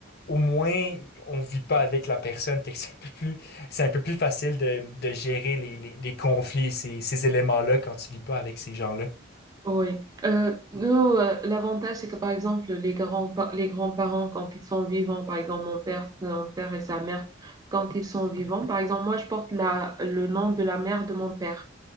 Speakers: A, on the left (about 55°); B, on the right (about 20°).
A: au moins, on vit pas avec la personne. Fait que c'est un peu plus, c'est un peu plus facile de, de gérer les, les, les conflits, ces, ces éléments-là, quand tu vis pas avec ces gens-là.
B: Oui. Euh, nous, euh, l'avantage, c'est que par exemple, les grands, les grands-parents, quand ils sont vivants, par exemple, mon père, son père et sa mère, quand ils sont vivants, par exemple, moi, je porte la, le nom de la mère de mon père.